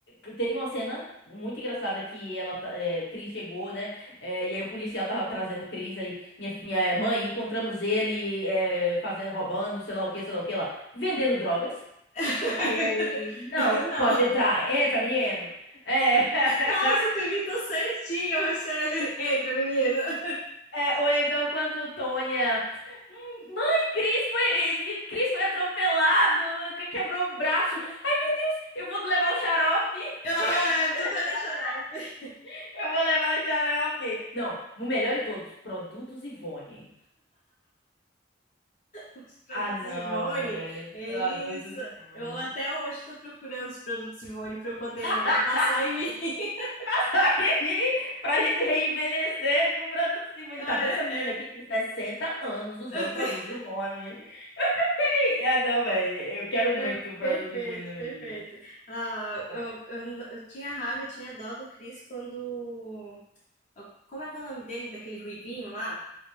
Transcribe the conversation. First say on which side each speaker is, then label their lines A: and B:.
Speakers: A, on the left; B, on the left.
A: é, teve uma cena muito engraçada que ela, tá- é, Chris chegou, né? É, e aí o policial tava trazendo o Chris aí. Minha, fi- minha mãe, encontramos ele é, fazendo, roubando, sei lá o que, sei lá o que lá, vendendo drogas.
B: <laughs>
A: Aí ele, não,
B: Não.
A: pode entrar, entra, menino. É. <laughs>
B: Nossa, tu imitou certinho, Michele. Entra, menina.
A: É, ou então quando Tônia. "Hum, Mãe, Cris foi, Cris foi atropelado, que- quebrou o braço. Ai, meu Deus, eu vou levar o xarope.
B: Ah, <laughs>
A: <laughs>
B: é, tudo era xarope.
A: Eu vou levar o xarope. Não, o melhor de todos, produtos Ivone.
B: Os produtos
A: Ah, não,
B: Ivone,
A: velho.
B: eles.
A: Produtos Ivone.
B: Eu até hoje estou procurando os produtos Ivone para eu poder
A: <laughs>
B: passar em mim. <laughs>
A: <laughs> passar aqui pra gente reenvelhecer com produtos Ivone.
B: É,
A: Tá vendo essa menina aqui? Tem 60 anos usando
B: é.
A: produtos Ivone. <laughs> Ah, não, velho. Eu quero
B: É,
A: muito produtos
B: perfeito,
A: Ivone na minha
B: perfeito.
A: vida.
B: Ah,
A: Vai.
B: eu, eu, n- eu tinha raiva, eu tinha dó do Chris quando. Como é que é o nome dele, daquele ruivinho lá?